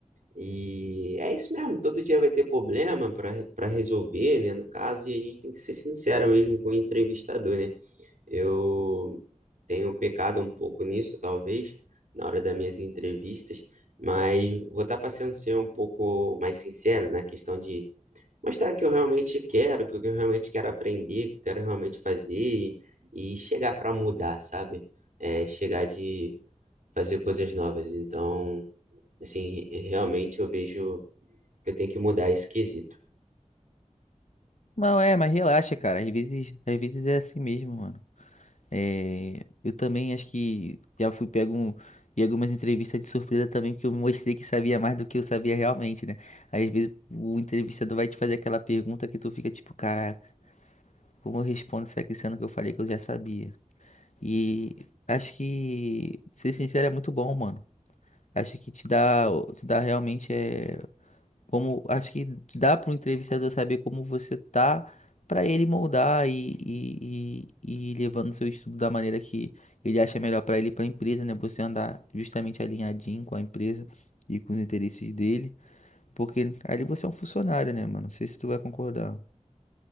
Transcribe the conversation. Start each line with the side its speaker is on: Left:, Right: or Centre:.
Right: E é isso mesmo, todo dia vai ter problema para para resolver, né? No caso, e a gente tem que ser sincero mesmo com o entrevistador, né? Eu tenho pecado um pouco nisso, talvez, na hora das minhas entrevistas, mas vou estar passando a ser um pouco mais sincero na questão de mostrar o que eu realmente quero, o que eu realmente quero aprender, o que eu quero realmente fazer e, e chegar para mudar, sabe? É, chegar de fazer coisas novas. Então, assim, realmente eu vejo que eu tenho que mudar esse quesito.
Left: Não, é, mas relaxa, cara. Às vezes, às vezes é assim mesmo, mano. É, eu também acho que já fui pego um- em algumas entrevistas de surpresa também, porque eu mostrei que sabia mais do que eu sabia realmente, né? Às vezes o entrevistador vai te fazer aquela pergunta que tu fica tipo, cara Como eu respondo isso aqui, sendo que eu falei que eu já sabia. E acho que, ser sincero, é muito bom, mano. Acho que te dá, te dá realmente é como, acho que te dá para o entrevistador saber como você tá para ele moldar e, e, e, e ir levando seu estudo da maneira que ele acha melhor para ele, e para a empresa, né? Você andar justamente alinhadinho com a empresa e com os interesses dele, porque ali você é um funcionário, né, mano? Não sei se tu vai concordar.